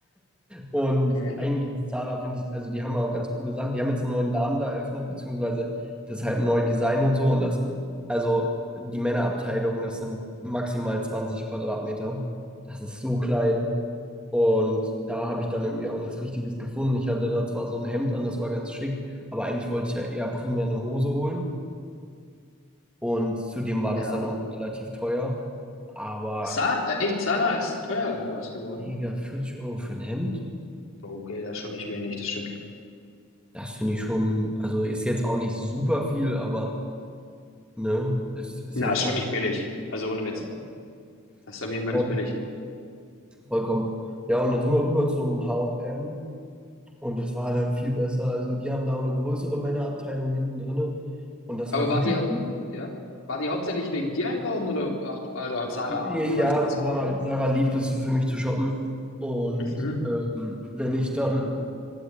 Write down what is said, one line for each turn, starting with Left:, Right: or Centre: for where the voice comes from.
Centre: Und
Left: Okay.
Centre: eigentlich ist Zara, finde ich, also die haben auch ganz coole Sachen. Die haben jetzt einen neuen Laden da eröffnet, beziehungsweise das ist halt ein neues Design und so. Und das, also die Männerabteilung, das sind maximal 20 Quadratmeter. Das ist so klein. Und da habe ich dann irgendwie auch nichts Richtiges gefunden. Ich hatte da zwar so ein Hemd an, das war ganz schick, aber eigentlich wollte ich ja eher primär eine Hose holen. Und zudem war
Left: Ja.
Centre: das dann auch relativ teuer. Aber,
Left: Sa äh, echt, Zara ist teuer oder was geworden?
Centre: Digga, 40 Euro für ein Hemd?
Left: Okay, das ist schon nicht wenig, das stimmt.
Centre: Das finde ich schon, also ist jetzt auch nicht super viel, aber ne, es ist
Left: Na,
Centre: jetzt
Left: ist schon
Centre: auch
Left: nicht billig. Also ohne Witz.
Centre: ja,
Left: Das ist auf jeden Fall
Centre: voll-
Left: nicht billig.
Centre: vollkommen. Ja, und dann sind wir rüber zum H&M und M und das war dann viel besser. Also die haben da auch eine größere Männerabteilung hinten drinne und das
Left: Aber
Centre: war
Left: wart
Centre: wirklich
Left: ihr,
Centre: gut.
Left: ja? Wart ihr hauptsächlich wegen dir einkaufen oder, äh, also hat Sarah
Centre: Ja,
Left: so
Centre: ja,
Left: weit was
Centre: Sarah,
Left: gebaut?
Centre: Sarah liebt es für mich zu shoppen und
Left: Mhm.
Centre: ähm, wenn ich dann